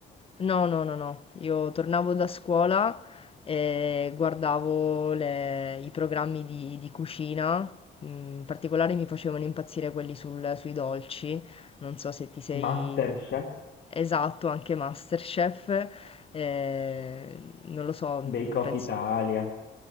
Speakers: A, on the left; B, on the left.
A: No, no, no, no. Io tornavo da scuola e guardavo le- i programmi di, di cucina. In particolare mi facevano impazzire quelli sul- sui dolci. Non so se ti sei...
B: MasterChef,
A: Esatto, anche MasterChef. eh, non lo so,
B: Bake Off
A: penso...
B: Italia.